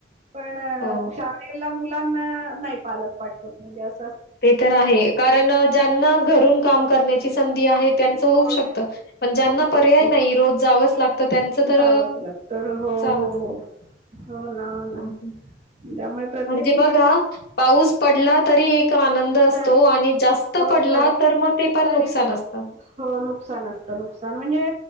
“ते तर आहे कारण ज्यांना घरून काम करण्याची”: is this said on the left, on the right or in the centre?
Left